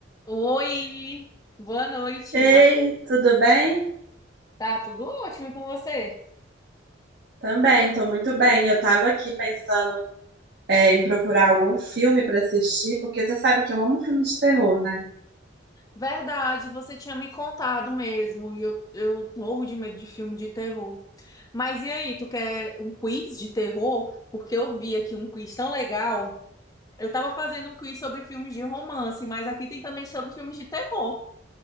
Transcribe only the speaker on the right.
Ei, tudo bem?
Também, tô muito bem. Eu tava aqui pensando, é, em procurar um filme pra assistir, porque você sabe que eu amo filme de terror, né?